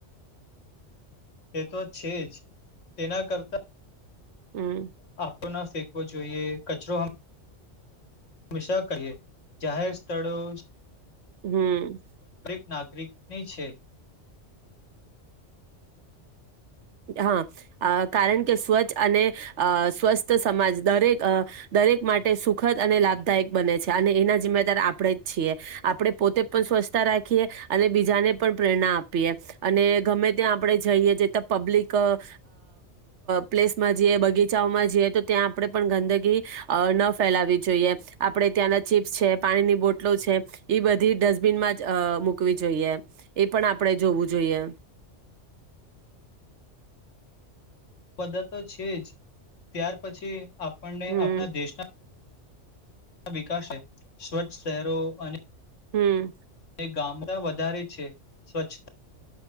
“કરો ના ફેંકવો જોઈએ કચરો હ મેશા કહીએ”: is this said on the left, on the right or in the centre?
Left